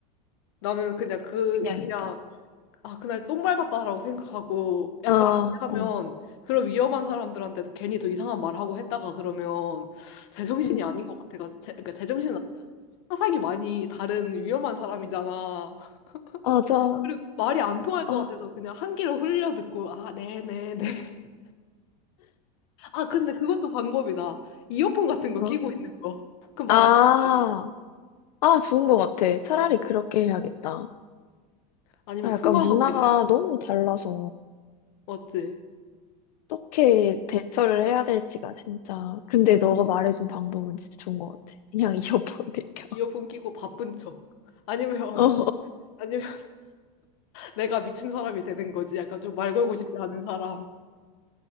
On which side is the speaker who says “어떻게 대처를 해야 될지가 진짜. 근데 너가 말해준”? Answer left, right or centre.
Left